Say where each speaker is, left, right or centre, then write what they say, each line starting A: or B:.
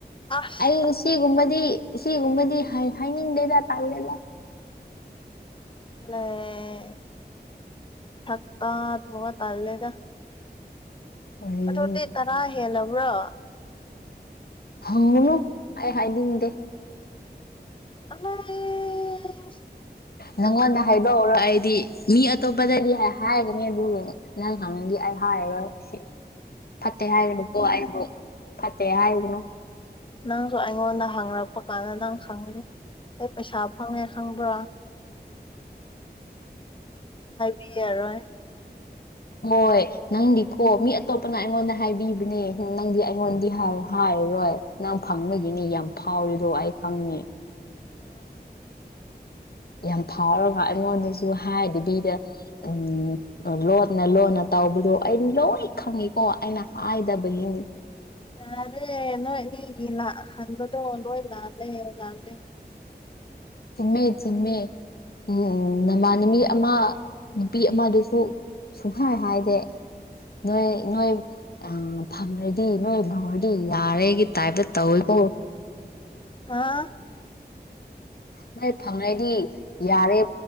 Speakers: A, on the left (about 30°); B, on the left (about 60°).
A: ꯑꯁ
B: ꯑꯩ ꯉꯁꯤ ꯒꯨꯝꯕꯗꯤ ꯁꯤꯒꯨꯝꯕꯗꯤ ꯍꯥꯏ ꯍꯥꯏꯅꯤꯡꯗꯦꯗ ꯇꯜꯂꯦꯗ
A: ꯂꯩꯌꯦ ꯁꯥꯛꯇꯥꯗꯨꯒꯥ ꯇꯜꯂꯦꯗ
B: ꯋꯥꯍꯩ <unintelligible>
A: ꯑꯗꯨꯗꯤ ꯇꯔꯥ ꯍꯦꯂꯕ꯭ꯔꯣ
B: ꯍꯪꯉꯨꯅꯨ ꯑꯩ ꯍꯥꯏꯅꯤꯡꯗꯦ
A: ꯑ <unintelligible>
B: ꯅꯪꯑꫭꯟꯗ ꯍꯥꯏꯗꯣꯛꯎꯔꯣꯏ ꯑꯩꯗꯤ ꯃꯤ ꯑꯇꯣꯞꯄꯗꯗꯤ ꯍꯥꯏꯒꯅꯤ ꯑꯗꯨꯒ ꯅꯪ ꯍꯪꯉꯗꯤ ꯑꯩ ꯍꯥꯏꯔꯔꯣꯏ ꯁꯤ ꯐꯠꯇꯦ ꯍꯥꯏꯒꯅꯨꯀꯣ ꯑꯩꯕꯨ ꯐꯠꯇꯦ ꯍꯥꯏꯒꯅꯨ
A: ꯅꯪꯁꯨ ꯑꯩꯉꯣꯟꯗ ꯍꯪꯉꯔꯛꯄ ꯀꯥꯟꯗ ꯅꯪ ꯈꯪꯉꯗꯤ ꯑꯦ ꯄꯩꯁꯥ ꯐꯪꯉꯦ ꯈꯪꯕ꯭ꯔꯥ ꯄꯤꯌꯔꯣꯏ <unintelligible>
B: ꯍꯣꯏ ꯅꯪꯗꯤꯀꯣ ꯃꯤ ꯑꯇꯣꯞꯄꯅ ꯑꯩꯉꯣꯟꯗ ꯍꯥꯏꯕꯤꯕꯅꯦ ꯅꯪꯗꯤ ꯑꯩꯉꯣꯟꯗꯤ ꯍꯥꯏ-ꯍꯥꯏꯔꯣꯏ ꯅꯪ ꯐꯪꯕꯒꯤꯅꯤ ꯌꯥꯝ ꯐꯥꯎꯔꯤꯗꯣ ꯑꯩ ꯈꯪꯉꯦ
A: <unintelligible>
B: ꯌꯥꯝ ꯐꯥꯎꯔꯒ ꯑꯩꯉꯣꯟꯗꯁꯨ ꯍꯥꯏꯗꯕꯤꯗ ꯎꯝ ꯂꯣꯟꯠꯅ ꯂꯣꯟꯠꯅ ꯇꯧꯕꯗꯣ ꯑꯩ ꯂꯣꯏ ꯈꯪꯉꯤꯀꯣ ꯑꯩꯅ ꯍꯥꯏꯗꯕꯒꯤꯅꯤ
A: ꯌꯥꯔꯦ ꯅꯣꯏꯃꯤꯒꯤ ꯂꯥꯛꯍꯟꯕꯗꯣ ꯂꯣꯏ ꯂꯥꯜꯂꯦ ꯂꯥꯜꯂꯦ
B: ꯆꯨꯝꯃꯦ-ꯆꯨꯝꯃꯦ ꯎꯝ ꯅꯃꯥꯟꯅꯕꯤ ꯑꯃ ꯅꯨꯄꯤ ꯑꯃꯗꯨꯁꯨ ꯁꯨꯡꯍꯥꯏ ꯍꯥꯏꯗꯦ ꯅꯣꯏ-ꯅꯣꯏ ꯑ ꯐꯪꯔꯗꯤ ꯅꯣꯏ ꯂꯧꯔꯗꯤ ꯌꯥꯔꯦꯒꯤ ꯇꯥꯏꯞꯇ ꯇꯧꯋꯤꯀꫭ
A: ꯍꯥ
B: ꯅꫭꯏ ꯐꯪꯔꯗꯤ ꯌꯥꯔꯦ